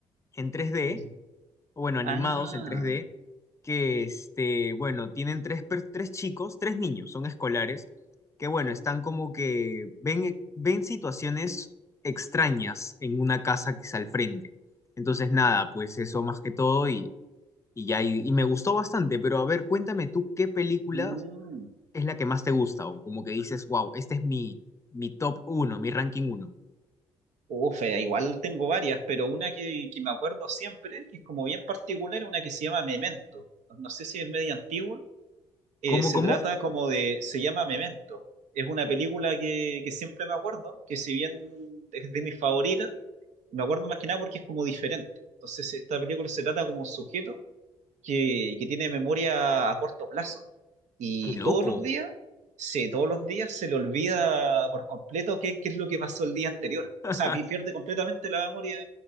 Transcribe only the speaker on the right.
Ya.
Ah.
mm.
Uf, eh, igual tengo varias, pero una que, que me acuerdo siempre, que es como bien particular, es una que se llama Memento. No sé si es media antigua. Eh,
se
trata como de, se llama Memento. Es una película que, que siempre me acuerdo, que si bien es de mis favoritas, me acuerdo más que nada porque es como diferente. Entonces, esta película se trata como un sujeto que, que tiene memoria a corto plazo. Y
todos los días, sí, todos los días se le olvida por completo qué, qué es lo que pasó el día anterior.
O sea, pi- pierde completamente la memoria.